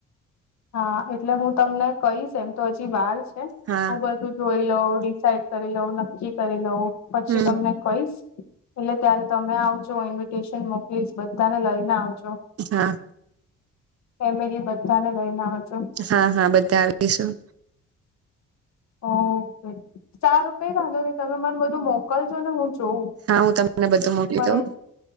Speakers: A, on the left; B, on the right.
A: હા એટલે હું તમને કહીશ એમ તો હજી વાર છે
B: હા
A: હું બધું જોઈ લઉં. ડિસઇડ કરી લઉ નક્કી કરી લઉં પછી
B: હમ
A: તમને કઈશ. એટલે ત્યારે તમે આવજો ઇન્વિટેશન મોકલીશ બધાને લઈને આવજો.
B: હા.
A: ફેમિલી બધા ને લઈને. આવજો
B: હા હા બધા આવીશું.
A: ઓકે સારું કઈ વાંધો નહી તમે મને બધું મોકલજો ને હું. જોઉં
B: હા હું તમને બધું મોકી
A: મને
B: દઉ.